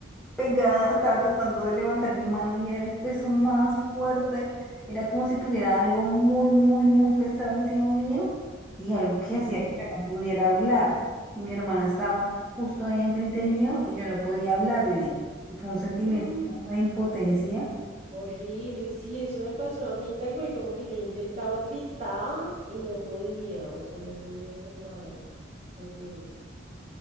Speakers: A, in the centre; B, on the right.
A: pegada, estaba tratando de levantar mi mano y era el peso más fuerte. Era como si tuviera algo muy, muy, muy pensado encima mío y algo que hacía
B: ujú,
A: que yo no pudiera hablar. Y mi hermana estaba justo ahí enfrente mío y yo no podía hablarle. Fue un sentimiento
B: <gasps> ah,
A: como de impotencia
B: Horrible, sí, eso me pasó a mí tal cual, como que yo intentaba gritar y no podía, o sea, no podía hacer nada. Horrible.